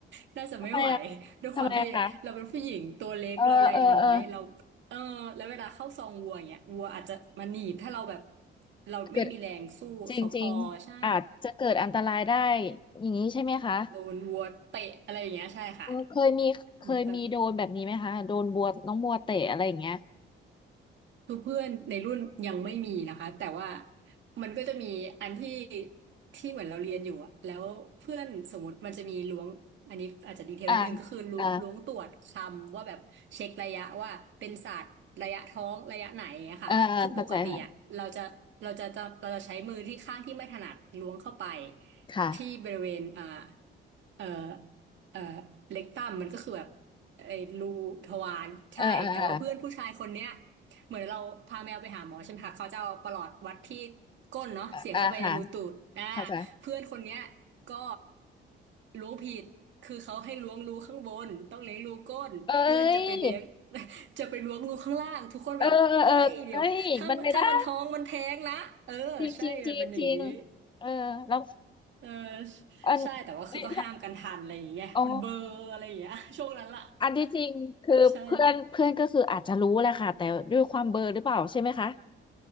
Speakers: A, on the right; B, on the left.
A: <laughs> น่าจะไม่ไหว
B: ทำไมอะ
A: ด้วยความที่เราเป็นผู้หญิงตัวเล็กเราแรงน้อยเรา
B: ทำไมอะคะเออเออเออ
A: เออแล้วเวลาเข้าซองวัวอย่างเงี้ยวัวอาจจะมาหนีบถ้าเราแบบเราไม่มีแรงสู้เขาพอใช่
B: เกิด จริงๆอาจจะเกิดอันตรายได้อย่างนี้ใช่ไหมคะ
A: โดนวัวเตะอะไรอย่างเงี้ยใช่ค่ะ
B: เออเคยมีเคยมีโดนแบบนี้ไหมคะโดนบัวน้องบัวเตะอะไรอย่างเงี้ย
A: มันก็ คือเพื่อนในรุ่นยังไม่มีนะคะแต่ว่ามันก็จะมีอันที่ที่เหมือนเราเรียนอยู่อะแล้วเพื่อนสมมติมันจะมีล้วงอันนี้อาจจะดีเทลนิดนึงก็คือล้วล้วงตรวจคำว่าแบบเช็คระยะว่าเป็นศาสตร์ระยะท้องระยะไหนอย่างเงี้ยค่ะคือปกติอะเราจะเราจะจะเราจะใช้มือที่ข้างที่ไม่ถนัดล้วงเข้าไป
B: อ่าอ่าอ่าเข้าใจค่ะค่ะ
A: ที่บริเวณอ่าเอ่อเอ่อเล็กตัมมันก็คือแบบไอ้รูทวารใช่แต่ว่าเพื่อนผู้ชายคนเนี้ย
B: เออเออเออ
A: เหมือนเราพาแมวไปหาหมอใช่ไหมคะเขาจะเอาประหลอดวัดที่ก้นเนาะเสียบเข้าไปในรูตูดอ่า
B: เออค่าค่ะเข้าใจ
A: เพื่อนคนเนี้ยก็ล้วงผิดคือเขาให้ล้วงรูข้างบนต้องเลี้ยงรูก้นเพื่อนจะไปเลี้ยง
B: เอ้ย
A: <laughs> จะไปล้วงรูข้างล่างทุกคนแบบเฮ้ยเดี๋ยวถ้าถ้ามันท้องมันแท้งนะเออใช่มันเป็นอย่างนี้
B: เออเออเออเอ้ยมันไม่ได้จริงจริงจริงจริงเออแล้ว
A: เออ
B: อันเอ้ยถ้า
A: ใช่แต่ว่าคือก็ห้ามกันทันอะไรอย่างเงี้ยมันเบลอร์อะไรอย่างเงี้ย
B: อ๋อ
A: <laughs> ช่วงนั้นล่ะ <laughs>
B: อันที่จริงคือเพื่อนเพื่อนก็คืออาจจะรู้แหละค่ะแต่ด้วยความเบลอหรือเปล่าใช่ไหมคะ
A: ใช่